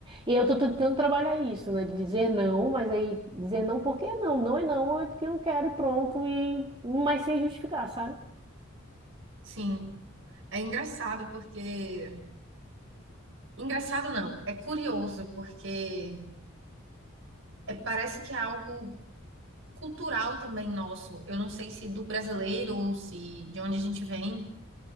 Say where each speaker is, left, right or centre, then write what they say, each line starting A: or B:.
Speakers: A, on the right (about 25°); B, on the right (about 65°).
A: E eu tô tentando trabalhar isso, né? De dizer não, mas aí dizer não porque é não. Não é não, é porque eu não quero e pronto. E... Mas sem justificar, sabe?
B: Sim. É engraçado porque. Engraçado não, é curioso porque é- parece que é algo cultural também nosso. Eu não sei se do brasileiro ou se de onde a gente vem,